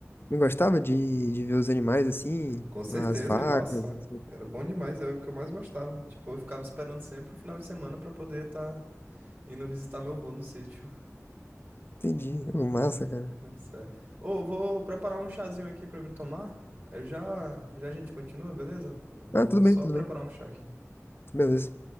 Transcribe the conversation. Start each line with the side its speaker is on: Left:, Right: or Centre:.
Left: Eu gostava de, de ver os animais assim,
Right: Com certeza,
Left: as vacas.
Right: e nossa,
Left: assim.
Right: era bom demais, é o que eu mais gostava. Tipo, eu ficava esperando sempre o final de semana pra poder estar indo visitar meu avô no sítio.
Left: Entendi. Ô, massa,
Right: <laughs>
Left: cara.
Right: Certo. Ô, vou preparar um chazinho aqui pra me tomar. Eu já, já a gente continua, beleza? Eu Vou
Left: Ah, tudo
Right: só
Left: bem, tudo
Right: preparar
Left: bem.
Right: um chá aqui.
Left: Beleza.